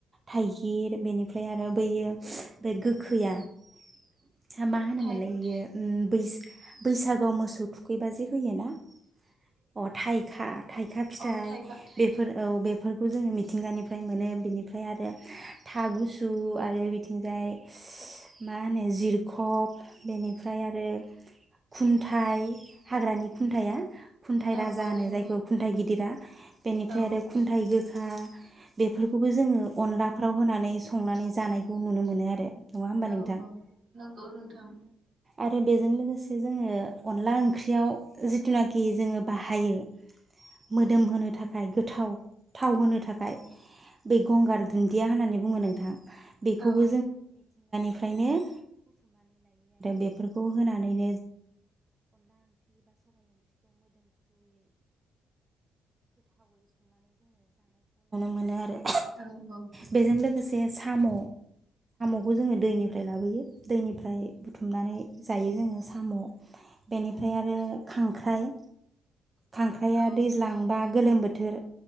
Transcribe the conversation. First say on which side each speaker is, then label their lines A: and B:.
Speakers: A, on the right (about 25°); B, on the right (about 55°).
A: थाइगिर बेनिफ्राय आरो बैयो बे गोखैया हामा होनोमोनलाय
B: थाइ
A: बियो बैसो बैसाग गोआव मोसौ थुखैबा जे होयो ना अ थाइखा थाइखा फिथाइ
B: औ थाइखा
A: बेफोर औ बेफोर खौ जोङो मिथिंगानिफ्राय मोनो बेनिफ्राय आरो था गुसु आरो बिथिंजाय मा होनो जिरखब बेनिफ्राय आरो खुन्थाइ हाग्रानि खुन्थाइआ खुन्थाइ
B: औ
A: राजा
B: औ
A: होनो
B: औ
A: जायखौ खुन्थाइ गिदिरा बेनिफ्राय
B: औ
A: आरो खुन्थाइ गोखा बेफोरखौबो जोङो अनलाफ्राव होनानै संनानै जानायखौ नुनो मोनो आरो नङा होमबा
B: औ
A: नों
B: औ नंगौ नोंथां
A: आरो बेजों लोगोसे जोङो अनला ओंख्रियाव जिथुनाखि जों बाहायो मोदोम होनोनो थाखाय गोथाव थाव होनो थाखाय बे गंगार दुन्दिया होननानै बुङो नोंथां बेखौबो
B: औ
A: फ्रायनो बेखौ नुनो मोनो आरो
B: औ औ
A: बेजों लोगोसे साम' खौ जोङो दैनि फ्राय लाबोयो दैनिफ्राय बुथुमनानै जायो जोङो साम' बेनिफ्राय आरो खां ख्राराइ खांख्राइाया
B: औ
A: दैज्लांबा गोलोम बो बोथोर